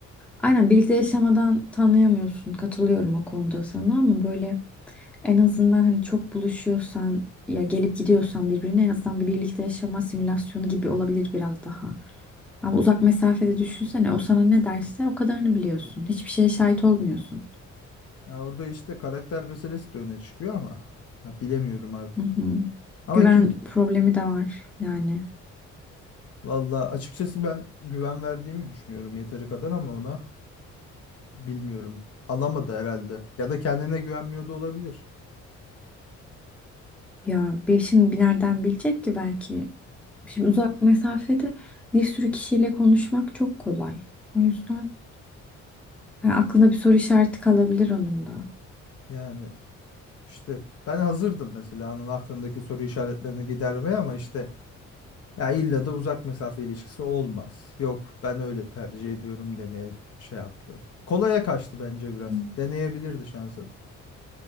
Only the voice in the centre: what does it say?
aynen birlikte yaşamadan tanıyamıyorsun katılıyorum o konuda sana ama böyle en azından hani çok buluşuyorsan ya gelip gidiyorsan birbirine en azından bir birlikte yaşama simülasyonu gibi olabilir biraz daha. Ama uzak mesafede düşünsene o sana ne derse o kadarını biliyorsun. Hiçbir şeye şahit olmuyorsun.
Hı hı.
Güven
problemi de var yani.
Ya bir şimdi bir nereden bilecek ki belki. Şimdi uzak mesafede bir sürü kişiyle konuşmak çok kolay. O yüzden yani aklına bir soru işareti kalabilir onun da.
Hmm.